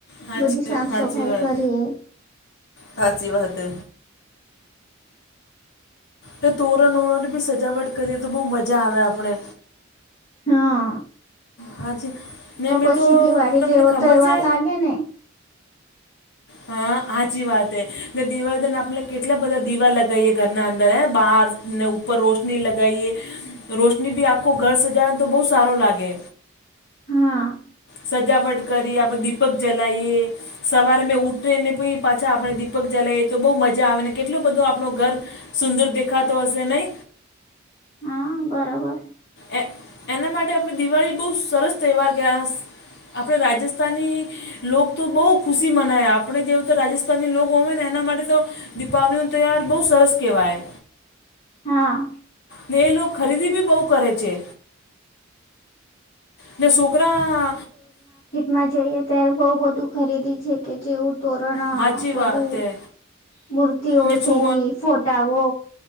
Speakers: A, on the left (about 55°); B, on the left (about 30°).
A: હાચી
B: બધી સાફ
A: હાચી
B: સફાઈ
A: વાત
B: કરીએ
A: હાચી વાત છે તે તોરણો બોરણ બી સજાવટ કરીએ તો બહુ મજા આવે આપણે
B: હા.
A: હા જી ને
B: તો
A: મિત્રો
B: પછી દિવાળી
A: તમને
B: જેવો
A: ખબર
B: તહેવાર
A: છે?
B: લાગે ને
A: હા હાચી વાત હે. ને દીવાડી આપણે કેટલા બધા દીવા લગાવીએ ઘરના અંદર હે બાર ને ઉપર રોશની લગાવીએ. રોશની બી આખું ઘર સજાવે ને તો બહુ સારો લાગે.
B: હા
A: સજાવટ કરીએ આપણે દીપક જલાઈએ. સવારે મેં ઉઠીને પઇ પાછા આપણે દીપક જલાઈએ તો બહુ મજા આવે ને કેટલો બધો આપણો ઘર સુંદર દેખાતો હશે નઈ?
B: હા બરાબર.
A: એ એના માટે આપણે દિવાળી બહુ સરસ તહેવાર <inaudible> આપણે રાજસ્તાની લોક તો બહુ ખુશી મનાય આપણે જેવુ તો રાજસ્થાની લો હોય ને એના માટે તો દીપાવલી નો તહેવાર બહુ સરસ કહેવાય
B: હા
A: ને એ લો ખરીદી બી બહુ કરે છે. ને છોકરા
B: માં જઈએ ત્યારે બઉુ બધું ખરીદી છે કે જેવું તોરણ
A: સાચી
B: બધું
A: વાત હે.
B: મૂર્તિઓ
A: ને
B: સેની
A: છો
B: ફોટાઓ